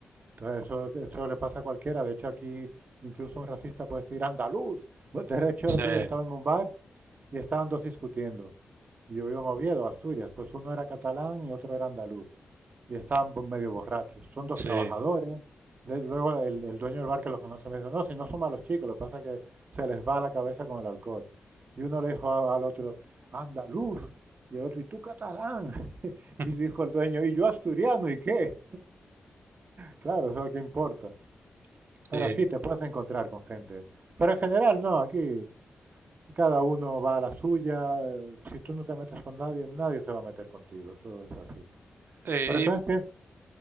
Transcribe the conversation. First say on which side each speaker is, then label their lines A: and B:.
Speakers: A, on the right; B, on the right.
A: Entonces eso, eso le pasa a cualquiera. De hecho, aquí incluso un racista puede decir andaluz. Bueno, De hecho,
B: Sí,
A: el otro día estaba en un bar y estaban dos discutiendo. Y yo vivo en Oviedo, Asturias. Pues uno era catalán y otro era andaluz. Y estaban bo- medio borrachos. Son dos
B: sí,
A: trabajadores. De- luego el, el dueño del bar que los conoce me dice, no, si no son malos chicos, lo que pasa es que se les va la cabeza con el alcohol. Y uno le dijo a- al otro, andaluz. Y el otro, ¿y tú catalán? <laughs>
B: <laughs>
A: Y dijo el dueño, ¿y yo asturiano? ¿Y qué? Claro, eso es lo que importa.
B: sí.
A: Pero sí, te puedes encontrar con gente. Pero en general no, aquí cada uno va a la suya. eh, Si tú no te metes con nadie, nadie se va a meter contigo. Eso es así.
B: Eh,
A: Pero entonces
B: ¿y,
A: piensa,